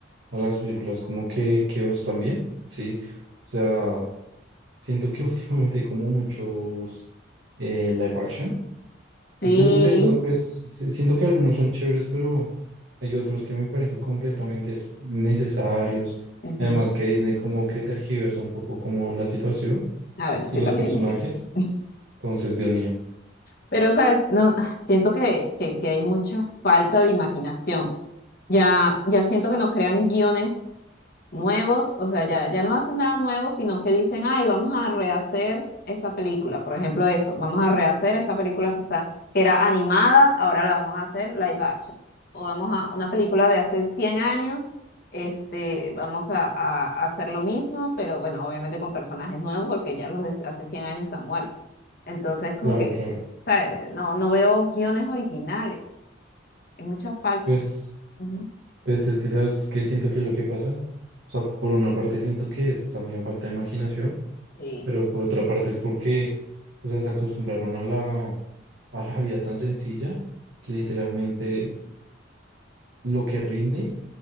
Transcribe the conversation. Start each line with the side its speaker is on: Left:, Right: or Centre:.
Right: a las películas, como que, que están bien, sí. O sea, siento que <laughs> últimamente hay como muchos eh, live action.
Left: Sí.
Right: Y pues no sé, o sea, pues sí, siento que algunos son chéveres, pero hay otros que me parecen completamente es- necesarios.
Left: ujú.
Right: Además que Disney como que tergiversa un poco como la situación
Left: Ah, bueno, sí,
Right: y los
Left: también.
Right: personajes.
Left: <laughs>
Right: Entonces, Dios mío.
Left: Pero, ¿sabes? No, ah, siento que, que, que hay mucha falta de imaginación. Ya, ya siento que no crean guiones nuevos, o sea, ya, ya no hacen nada nuevo, sino que dicen, ay, vamos a rehacer esta película, por ejemplo, eso, vamos a rehacer esta película que está, que era animada, ahora la vamos a hacer live action, o vamos a una película de hace 100 años, este, vamos a, a hacer lo mismo, pero bueno, obviamente con personajes nuevos, porque ya los de hace 100 años están muertos. Entonces, como
Right: Claro,
Left: que,
Right: claro.
Left: ¿sabes? No, no veo guiones originales, hay mucha falta.
Right: Pues,
Left: Ujú.
Right: pues es que sabes que siento que es lo que pasa. O sea, por una parte siento que es también falta de imaginación,
Left: Sí,
Right: pero por otra parte es porque, o sea, se acostumbraron a la, a la vida tan sencilla que literalmente lo que rinde